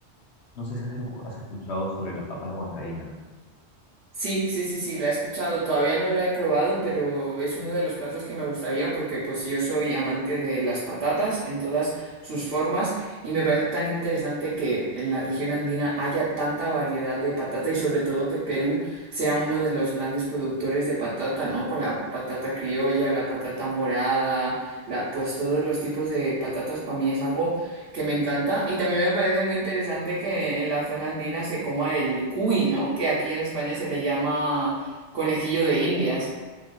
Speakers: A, on the left (about 75°); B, on the right (about 65°).
A: No sé si has, encu- has escuchado sobre la papa a la huancaína.
B: Sí, sí, sí, sí, la he escuchado, todavía no la he probado, pero es uno de los platos que me gustaría porque pues yo soy amante de las patatas en todas sus formas y me parece tan interesante que en la región andina haya tanta variedad de patata y sobre todo que Perú sea uno de los grandes productores de patata, ¿no? Con la patata criolla, la patata morada, la pues todos los tipos de patatas para mí es algo que me encanta. Y también me parece muy interesante que en la zona andina se coma el cuy, ¿no? Que aquí en España se le llama conejillo de Indias.